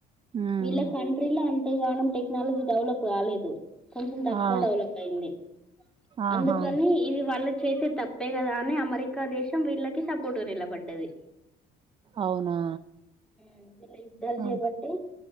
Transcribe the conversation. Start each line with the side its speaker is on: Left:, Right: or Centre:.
Right: ఉమ్
Centre: వీళ్ల కంట్రోల్ లో అంత అంతగణం టెక్నాలజీ డెవలప్ కాలేదు కొంచెం తగ్
Right: ఆ
Centre: ఎక్కువ డెవలప్ అయింది
Right: ఆహా
Centre: అందుకనీ ఇది వాళ్ళ చేసే తప్పే కదా అని అమెరిక్ రికా దేశం వీళ్ళకి సపోర్ట్గా నిలబడ్డది
Right: అవునా
Centre: హా వీళ్ళ యుద్ధాలు
Right: ఆ
Centre: చేయాబట్టే